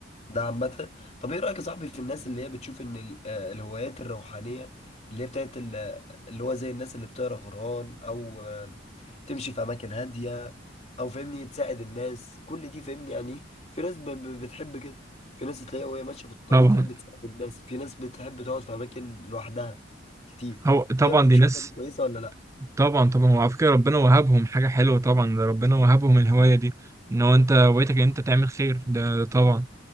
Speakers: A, on the left (about 35°); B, on the right (about 15°).
A: ده عامة طب ايه رأيك يا صاحبي في الناس اللي هي بتشوف ان ال- آه، الهوايات الروحانية اللي هي بتاعت ال- آه، اللي هو زي الناس اللي بتقرا قرآن او آه، تمشي في اماكن هادية او فاهمني تساعد الناس كل دي فاهمني يعني ايه في ناس ب- ب- بتحب كده في ناس تلاقيها وهي ماشية في الطريق
B: طبعا
A: تحب تساعد الناس في ناس بتحب تقعد في اماكن لوحدها كتير
B: هو طبعا
A: ايه رأيك
B: دي
A: شايفها
B: ناس
A: دي كويسة ولا لا
B: طبعا طبعا هو على فكره ربنا وهبهم حاجه حلوه طبعا ده ربنا وهبهم الهوايه دي ان هو انت هوايتك ان انت تعمل خير ده طبعا